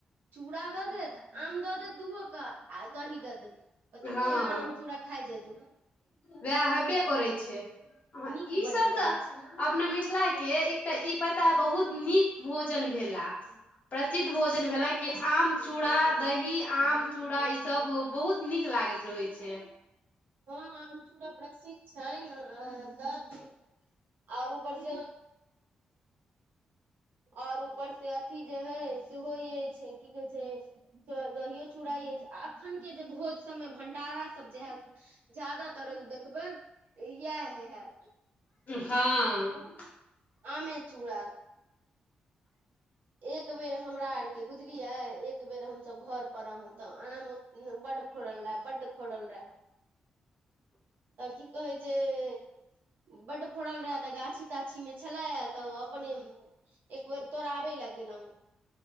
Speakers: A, on the right; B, on the left.
A: चूड़ा दऽ देत आम दऽ देत दूगो के आ दही दऽ देत ओतऽ
B: हँ
A: जें आम चूड़ खा जाइजो
B: वएह हबे करै छै ह
A: नीक
B: ई
A: बड्ड
B: सब
A: लगै
B: तऽ
A: छै
B: अपना मिथिला के एकटा ई पता बहुत नीक भोजन भेला प्रसिद्ध भोजन भेला कि आम चूड़ा दही आम चूड़ा ई सब बहुत नीक लागैत रहै छै
A: हँ अ चूड़ प्रसिद्ध छैय अंऽ तब आओर ऊपर से आओर ऊपर से अथी जे हइ सेहो यइ की कहै छै तऽ दहीयो चुड़ा अछि अखन सब के भोज सबमे भंडारा सब जे हैत जादातर देखबै इयेह हे हैत
B: हँ
A: आमे चूड़ा एक बेर हमरा आरके बुझलियै एक बेर हमसभ घर पर रहू तऽ आम बड बड फोड़ल रहे बड्ड फोड़ल रहे तऽ की कहै छैय बड्ड फड़ल रहे तऽ गाछी ताछी मे छले तऽ अपन एक बेर तोड़ाबे ले गेल रहिये गेलहुँ